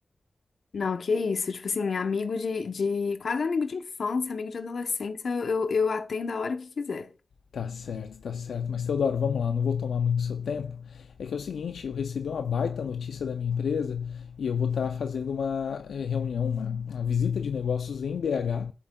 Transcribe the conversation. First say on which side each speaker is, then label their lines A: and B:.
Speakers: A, on the left; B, on the left.
A: Não, que isso, tipo assim, amigo de, de quase amigo de infância, amigo de adolescência, eu, eu atendo a hora que quiser.
B: Tá certo, tá certo. Mas Teodoro, vamos lá, não vou tomar muito seu tempo. É que é o seguinte, eu recebi uma baita notícia da minha empresa e eu vou estar fazendo uma eh, reunião, uma, uma visita de negócios em BH.